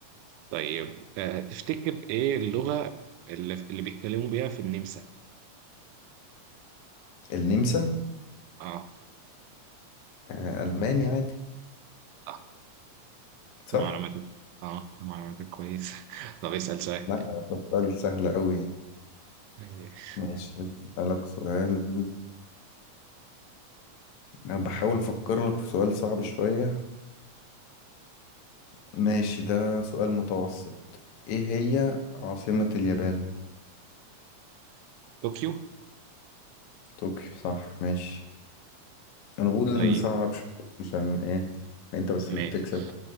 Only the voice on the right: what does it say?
طيب آه، تفتكر ايه اللغة اللي, اللي بيتكلموا بيها في النمسا
اه
اه
ده معلوماتك اه ده معلوماتك كويسة <laughs> طب اسأل سؤال
ماشي.
طوكيو
طيب
ماشي